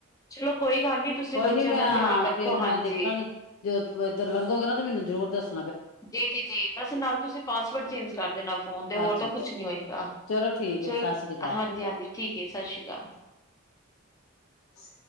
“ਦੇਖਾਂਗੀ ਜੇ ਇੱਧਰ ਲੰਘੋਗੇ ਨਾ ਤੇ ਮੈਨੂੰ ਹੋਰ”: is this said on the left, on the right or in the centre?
Left